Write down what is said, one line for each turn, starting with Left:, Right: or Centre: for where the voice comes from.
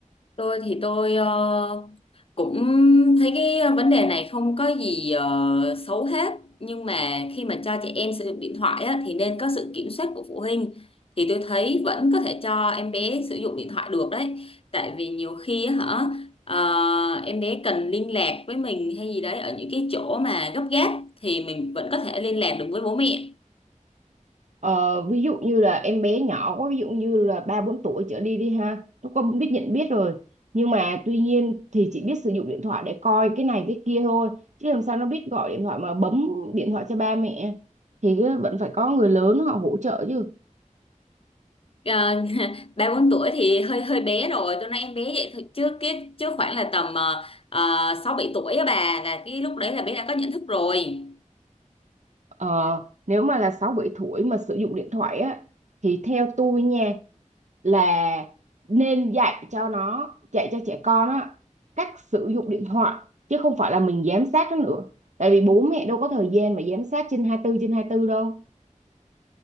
Left: Tôi thì tôi ờ, cũng thấy cái vấn đề này không có gì ờ, xấu hết nhưng mà khi mà cho trẻ em sử dụng điện thoại á, thì nên có sự kiểm soát của phụ huynh thì tôi thấy vẫn có thể cho em bé sử dụng điện thoại được đấy tại vì nhiều khi á hả ờ, em bé cần liên lạc với mình hay gì đấy ở những cái chỗ mà gấp gáp thì mình vẫn có thể liên lạc được với bố mẹ
Right: Ờ, ví dụ như là em bé nhỏ quá ví dụ như là ba bốn tuổi trở đi đi ha nó không biết nhận biết rồi nhưng mà tuy nhiên thì chỉ biết sử dụng điện thoại để coi cái này cái kia thôi chứ làm sao nó biết gọi điện thoại mà bấm điện thoại cho ba mẹ thì vẫn phải có người lớn họ hỗ trợ chứ
Left: Ờ, <laughs> ba bốn tuổi thì hơi hơi bé rồi tôi nói em bé vậy thôi chứ cái chứ khoảng là tầm ờ, ờ, sáu bảy tuổi á bà là cái lúc đấy là bé đã có nhận thức rồi
Right: Ờ, nếu mà là 6 7 tuổi mà sử dụng điện thoại á thì theo tôi nha là nên dạy cho nó dạy cho trẻ con á cách sử dụng điện thoại chứ không phải là mình giám sát nó nữa tại vì bố mẹ đâu có thời gian mà giám sát trên 24 trên 24 đâu